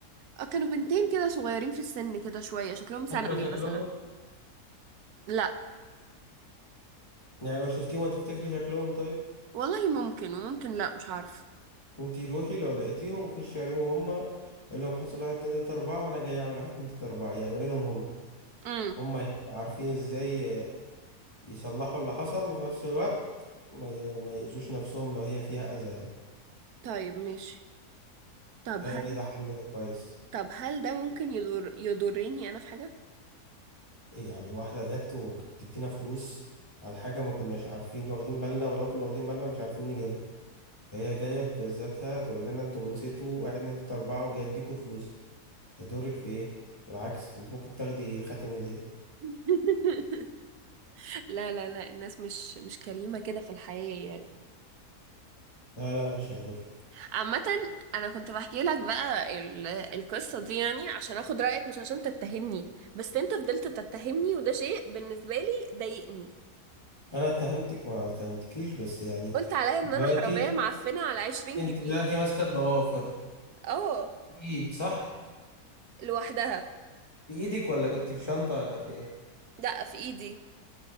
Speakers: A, on the right; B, on the left.
A: آه، كانوا بنتين كده صغيرين في السن كده شوية شكلهم ثانوي
B: فاكرة شكلهم
A: مثلا لا
B: يعني لو شفتيهم هتفتكري شكلهم طيب
A: والله ممكن وممكن لا مش عارفه
B: انتي روحي لو لقيتيهم خشي عليهم هما قول لهم حصل واحد اتنين تلاتة أربعة وأنا جاي أعمل واحد اتنين تلاتة أربعة يعني قولي لهم هم
A: امم
B: هما يبقوا عارفين ازاي يصلحوا اللي حصل وفي نفس الوقت ما ي- ما يأذوش نفسهم لو هي فيها أذى يعني
A: طيب ماشي طب
B: تهيألي
A: هل
B: ده حل كويس
A: طب هل ده ممكن يضر يضرني انا في حاجة
B: إيه يعني واحدة جت وتدينا فلوس على حاجة ما كناش عارفين واخدين بالنا ولو كنا واخدين بالنا مش عارفين نجيبها هي جاية في ذاتها تقول لنا انتوا نسيتوا واحد اتنين تلاتة أربعة وجاي اديكوا فلوس هيضرك في ايه؟ بالعكس انت ممكن تاخدي خاتم هدية
A: <laughs> لا لا لا الناس مش مش كريمة كده في الحياة يعني
B: لا لا مش هيضرك
A: عامة أنا كنت بحكي لك بقى ال... القصة دي يعني عشان أخد رأيك مش عشان تتهمني بس أنت فضلت تتهمني وده شيء بالنسبة لي ضايقني
B: أنا اتهمتك ما اتهمتكيش بس يعني
A: قلت عليا إن
B: دلوقتي
A: أنا حرامية معفنة على 20
B: انت
A: جنيه
B: دلوقتي ماسكة الضوافر
A: اه
B: في ايد صح؟
A: لوحدها
B: في ايدك ولا كنت في شنطة ولا في ايه؟
A: دقة في إيدي